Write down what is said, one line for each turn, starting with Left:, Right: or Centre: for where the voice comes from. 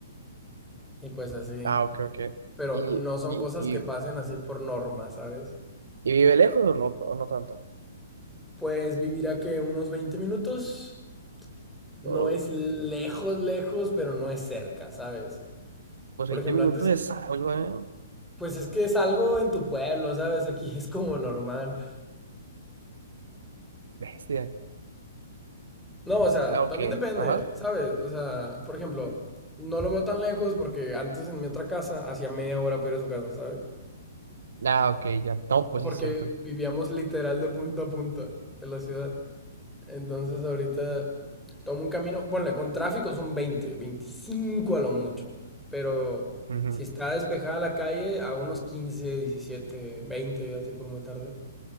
Centre: Y pues así.
Right: Ah, ok, ok.
Centre: Pero
Right: ¿Y,
Centre: no son
Right: y,
Centre: cosas
Right: y,
Centre: que pasen así por norma, ¿sabes?
Right: y vive lejos o no, o no tanto?
Centre: Pues vivir a que unos 20 minutos no
Right: Oh,
Centre: es lejos, lejos, pero no es cerca, ¿sabes?
Right: pues
Centre: Por
Right: 20
Centre: ejemplo,
Right: minutos
Centre: antes,
Right: de salgo, ¿eh?
Centre: pues es que es algo en tu pueblo, ¿sabes? Aquí <laughs> es como normal.
Right: Bestia.
Centre: No, o sea,
Right: Ah, ok,
Centre: también depende,
Right: ajá.
Centre: ¿sabes? O sea, por ejemplo, no lo veo tan lejos porque antes en mi otra casa hacía media hora para ir a su casa, ¿sabes?
Right: Ah, ok, ya. No, pues
Centre: Porque
Right: sí, es cierto.
Centre: vivíamos literal de punta a punta de la ciudad. Entonces ahorita tomo un camino, bueno, con tráfico son veinte veinticinco a lo mucho, pero
Right: Ujú.
Centre: si está despejada la calle, a unos quince diecisiete veinte así por muy tarde.